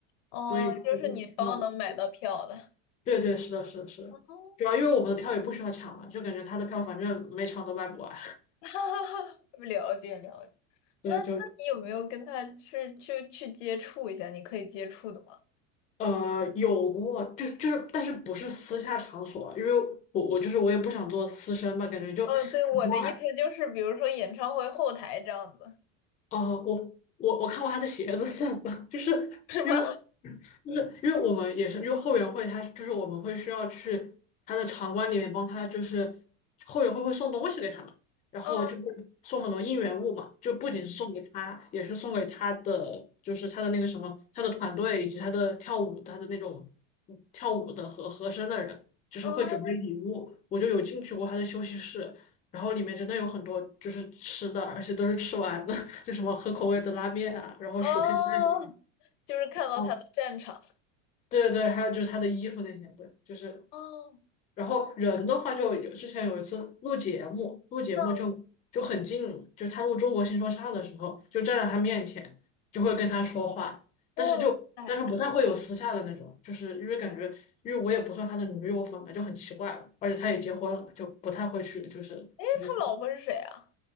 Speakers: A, on the left; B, on the left.
A: 哦，
B: 所以就是不同票。
A: 就是你包能买到票的。
B: 对对，是的，是的，是的，
A: 哦，
B: 主要因为我们的票也不需要抢嘛，就感觉他的票反正每场都卖不完，
A: <laughs> 哈哈哈了解了解。
B: <laughs>
A: 那那你有没有跟他去去去接触一下？
B: 对，就
A: 你可以接触的吗？
B: 呃有过，就就是，但是不是私下场所，因为我我就是我也不想做私生嘛，感觉就
A: 哦，对，
B: w
A: 我的意思就是，
B: h y
A: 比如说演唱会后台这样子，
B: 呃，我我我看过他的鞋子算了，<laughs> 就是因为
A: 是吗？
B: 就是因为我们也是，因为后援会他就是我们会需要去他的场馆里面帮他，就是后援会会送东西给他们，然后就会送很多应援物嘛，
A: 嗯
B: 就不仅是送给他，也是送给他的，就是他的那个什么，他的团队以及他的跳舞，他的那种跳舞的和和声的人，就是会准备礼物。
A: 嗯
B: 我就有进去过他的休息室，然后里面真的有很多就是吃的，而且都是吃完的，<laughs> 就什么合口味的拉面啊，然后薯片蛋这
A: 哦，就是看到他的战场。
B: 哦。对对，还有就是他的衣服那些，对，就是，
A: 哦，
B: 然后人的话就有之前有一次录节目，录节目就就很近嘛，
A: 那
B: 就他录《中国新说唱》的时候，就站在他面前，就会跟他说话，
A: 哇塞，
B: 但是就但是不太会有私下的那种，就是因为感觉，因为我也不算他的女友粉嘛，就很奇怪了，而且他也结婚了嘛，就不太会去，就是就是
A: 哎，他老婆是谁啊？